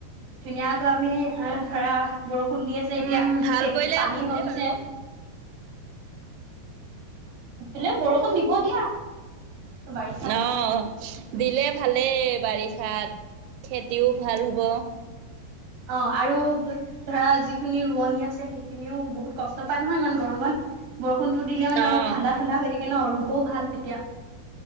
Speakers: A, on the right (about 60°); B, on the right (about 85°).
A: ধুনীয়াকৈ আমি ধৰা বৰষুণ দি আছে
B: উম,
A: এতিয়া
B: ভাল
A: খেতিত
B: কৰিলে
A: পানী
B: ভালেই
A: হৈ গৈছে।
B: বাৰু।
A: সেইফালে বৰষুণ দিব দিয়া বাৰিষাত
B: অ',
A: আৰু।
B: দিলে ভালেই বাৰিষাত খেতিও ভাল হ'ব।
A: অ আৰু। ধৰা যিখিনি ৰোৱনি আছে সেইখিনিও বহুত কষ্ট পাই নহয় ইমান গৰমত। বৰষুণটো দিলে মানে
B: অ',
A: অলপ ঠাণ্ডা ঠাণ্ডা হৈ থাকে ন ৰুবও ভাল তেতিয়া।